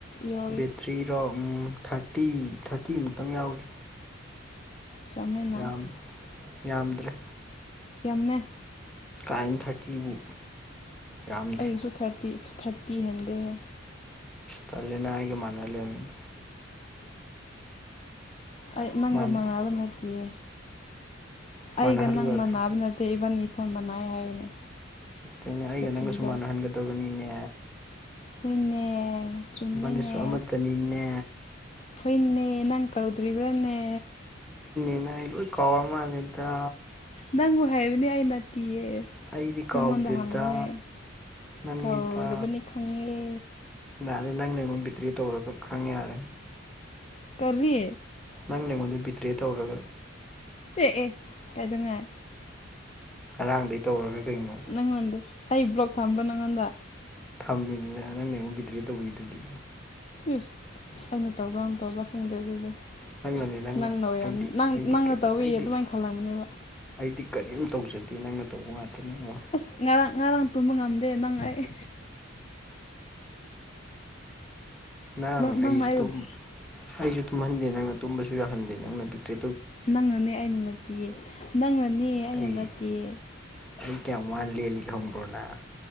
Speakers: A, on the left; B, in the centre.
A: ꯌꯣ
B: ꯕꯦꯇ꯭ꯔꯤ ꯔꯣ ꯎꯝ ꯊꯥꯔꯇꯤ ꯊꯥꯔꯇꯤ ꯑꯃꯨꯛꯇꯪ ꯌꯥꯎꯔꯤ
A: ꯆꯃꯦꯅꯥ
B: ꯌꯥꯝ ꯌꯥꯝꯗ꯭ꯔꯦ
A: ꯌꯥꯝꯃꯦ
B: ꯀꯥꯏꯟ ꯊꯥꯔꯇꯤꯕꯨ ꯌꯥꯝꯗꯦ
A: ꯑꯩꯁꯨ ꯊꯥꯔꯇꯤ ꯊꯥꯔꯇꯤ ꯍꯦꯟꯗꯦꯅꯦ
B: ꯇꯜꯂꯦꯅ ꯑꯩꯒ ꯃꯥꯟꯅ ꯂꯩꯔꯝꯃꯤ
A: ꯑꯩ ꯅꯪꯒ
B: ꯃꯥꯅꯤ
A: ꯃꯥꯟꯅꯕ ꯅꯠꯇꯤꯌꯦ
B: ꯃꯥꯟꯅꯍꯜꯂꯨ
A: ꯑꯩꯒ ꯅꯪ
B: ꯌꯥꯗ꯭ꯔꯣ
A: ꯃꯟꯅꯕ ꯅꯠꯇꯦ ꯏꯕꯥꯟ ꯅꯤ ꯐꯣꯟ ꯃꯅꯩ ꯍꯥꯏꯕꯅꯦ
B: ꯀꯩꯅꯣ ꯑꯩꯒ
A: ꯕꯦꯇ꯭ꯔꯤꯗꯣ
B: ꯅꯪꯒꯁꯨ ꯃꯥꯟꯅꯍꯟꯒꯗꯕꯅꯤꯅꯦ
A: ꯍꯨꯏꯅꯦ ꯆꯨꯝꯃꯤꯅꯦ
B: ꯏꯕꯅꯤꯁꯨ ꯑꯃꯠꯇꯅꯤꯅꯦ
A: ꯍꯣꯏꯅꯦ ꯅꯪ ꯀꯧꯗ꯭ꯔꯤꯕ꯭ꯔꯥꯅꯦ
B: <unintelligible> ꯀꯥꯎꯔ ꯃꯟꯅꯦꯗ
A: ꯅꯪꯕꯨ ꯍꯥꯏꯕꯅꯦ ꯑꯩꯩ ꯅꯠꯇꯤꯌꯦ
B: ꯑꯩꯗꯤ ꯀꯥꯎꯗꯦꯗ
A: ꯅꯪꯉꯣꯟꯗ ꯍꯪꯕꯅꯦ
B: ꯅꯪꯅꯤꯗ
A: ꯀꯥꯎꯔꯕꯅꯤ ꯈꯪꯉꯦ
B: ꯌꯥꯔꯦ ꯅꯪꯅ ꯑꯩꯉꯣꯟ ꯕꯤꯛꯇ꯭ꯔꯤ ꯇꯧꯔꯒ ꯈꯪꯉꯦ ꯌꯥꯔꯦ
A: ꯀꯔꯤ
B: ꯅꯪ ꯅꯩꯉꯣꯟꯗ ꯕꯤꯇ꯭ꯔꯦ ꯇꯧꯔꯒ
A: ꯑꯦ ꯑꯦ ꯀꯥꯏꯗꯧꯉꯥꯏ
B: ꯉꯔꯥꯡꯗꯩ ꯇꯧꯔꯒ ꯀꯩꯅꯣ
A: ꯅꯪꯉꯣꯟꯗ ꯑꯩ ꯕ꯭ꯂꯣꯛ ꯊꯝꯕ꯭ꯔꯥ ꯅꯪꯉꯣꯟꯗ
B: ꯊꯝꯃꯤꯅꯤꯅ ꯅꯪꯅ ꯑꯩꯉꯣꯟ ꯕꯤꯗ꯭ꯔꯦ ꯇꯧꯔꯤꯗꯨꯗꯤ
A: ꯏꯁ ꯑꯩꯅ ꯇꯧꯕ꯭ꯔꯥ ꯅꯪ ꯇꯧꯕ꯭ꯔꯥ ꯈꯪꯗ꯭ꯔꯦ ꯑꯗꯨꯗꯤ
B: ꯅꯪꯅꯅꯦ
A: ꯅꯪꯅ ꯑꯣꯏꯔꯝꯅꯤ
B: ꯑꯩꯗꯤ
A: ꯅꯪ
B: ꯑꯩꯗꯤ
A: ꯅꯪꯅ ꯇꯧꯌꯤ
B: ꯑꯩꯗꯤ
A: ꯑꯗꯨꯃꯥꯏꯅ ꯈꯜꯂꯝꯒꯅꯤꯕ
B: ꯑꯩꯗꯤ ꯀꯔꯤꯝ ꯇꯧꯖꯗꯦ ꯅꯪꯅ ꯇꯧꯕ ꯉꯥꯛꯇꯅꯤꯉꯣ
A: ꯑꯁ ꯉꯔꯥꯡ ꯉꯔꯥꯡ ꯇꯨꯝꯕ ꯉꯝꯗꯦ ꯅꯪ ꯑꯩ
B: ꯅꯪ
A: ꯅꯪꯅ
B: ꯑꯩ
A: ꯑꯩꯕꯨ
B: ꯇꯨꯝ ꯑꯩꯁꯨ ꯇꯨꯝꯍꯟꯗꯦ ꯅꯪꯅ ꯇꯨꯝꯕꯁꯨ ꯌꯥꯍꯟꯗꯦ ꯅꯪꯅ ꯄꯤꯛꯇꯦ
A: ꯅꯪꯅꯅꯤ ꯑꯩꯅ ꯅꯠꯇꯦꯌꯦ ꯅꯪꯅꯅꯤ ꯑꯩꯅ
B: ꯑꯩ
A: ꯅꯠꯇꯦꯌꯦ
B: ꯑꯩ ꯀꯌꯥꯝ ꯋꯥꯅ ꯂꯦꯜꯂꯤ ꯈꯪꯕ꯭ꯔꯣ ꯅꯪ